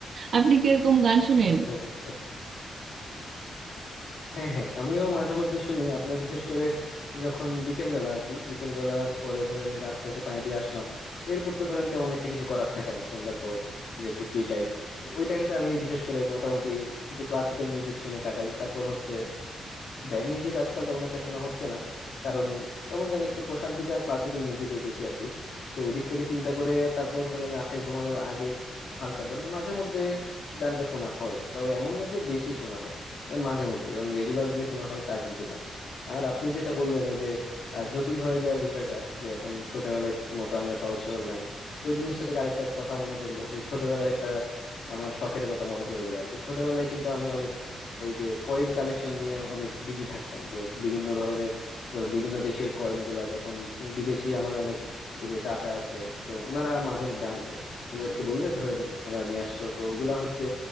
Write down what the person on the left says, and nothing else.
আচ্ছা আচ্ছা হ্যাঁ হ্যাঁ আমিও মাঝে মধ্যে শুনি আপনার বিশেষ করে যখন বিকেল বেলা আর কি বিকেল বেলার পরে ধরেন গাছ টাছে পানি দিয়ে আসলাম এরপর তো ধরেন তেমন একটা কিছু করার থাকে না সন্ধ্যার পর যে একটু ফ্রি টাইম ওই টাইমটা আমি বিশেষ করে মোটামুটি কিছু ক্লাসিক্যাল মিউজিক শুনে কাটাই তারপর হচ্ছে ব্যান্ড মিউজিক আজকাল তেমন একটা শোনা হচ্ছে না কারণ কেমন জানি একটু প্রশান্তিটা ক্লাসিক্যাল মিউজিকেই বেশি আর কি তো ওদিক থেকে চিন্তা করে তারপর ধরেন রাতে ঘুমানোর আগে হালকা ধরেন মাঝে মধ্যে গানটা শোনা হয় তবে এমন না যে বেশি শোনা হয় তবে মাঝে মধ্যে ধরেন রেগুলারলি শোনা হয় তা কিন্তু না আর আপনি যেটা বললেন ওই যে আহ, জটিল হয়ে যাওয়ার বিষয়টা যে এখন ছোটবেলায় মতো আমরা সহজ সরল নাই ওই জিনিসটা থেকে আরেকটা কথা মনে পড়লো যে ছোটবেলার একটা আমার শখের কথা মনে পড়ে গেল আর কি ছোটবেলায় কিন্তু আমি এই যে কয়েন কালেকশন নিয়ে অনেক বিজি থাকতাম যে বিভিন্ন ধরনের ধরুন বিভিন্ন দেশের কয়েন গুলা যখন বিদেশি আমার অনেক এই যে চাচা আছে তো ওনারা মাঝে মধ্যে আনতো ওনাদেরকে বললে ধরেন ওনারা নিয়ে আসতো তো ওগুলা হচ্ছে